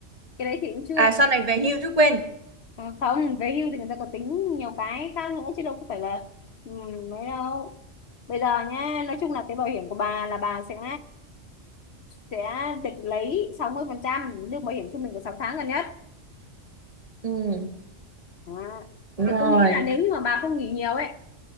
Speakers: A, on the left; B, on the right.
A: cái đấy thì cũng chưa
B: à sau này về hưu chứ quên
A: Ờ, không về hưu thì người ta có tính nhiều cái khác nữa chứ đâu có phải là ừm, mấy đâu bây giờ nhá nói chung là cái bảo hiểm của bà là bà sẽ sẽ được lấy 60% lương bảo hiểm trung bình của 6 tháng gần nhất
B: ừ
A: Đó.
B: đúng
A: Thì
B: rồi
A: tôi nghĩ là nếu như mà bà không nghỉ nhiều ấy